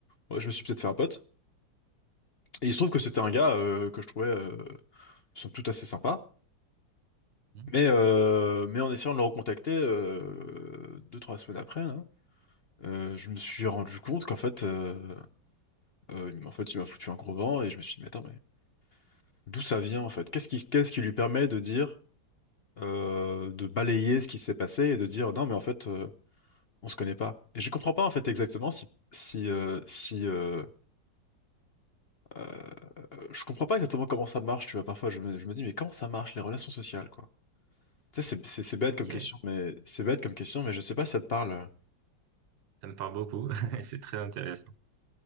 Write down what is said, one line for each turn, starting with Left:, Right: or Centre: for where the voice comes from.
Left: ouais, je me suis peut-être fait un pote. Et il se trouve que c'était un gars euh, que je trouvais euh, somme toute assez sympa.
Right: Mmh.
Left: Mais, euh, mais en essayant de le recontacter euh, deux, trois semaines après, là, euh, je me suis rendu compte qu'en fait, euh, euh, en fait, il m'a foutu un gros vent et je me suis dit, mais attends, mais d'où ça vient en fait? Qu'est-ce qui, qu'est-ce qui lui permet de dire, euh, de balayer ce qui s'est passé et de dire, non, mais en fait, euh, on se connaît pas. Et je comprends pas en fait exactement si, si, euh, si euh, euh, je comprends pas exactement comment ça marche, tu vois. Parfois, je me, je me dis, mais comment ça marche les relations sociales, quoi? Tu sais, c'est c'est- c'est bête
Right: Ok,
Left: comme question, mais c'est bête comme question, mais je sais pas si ça te parle.
Right: ça me parle beaucoup, <laughs> c'est très intéressant.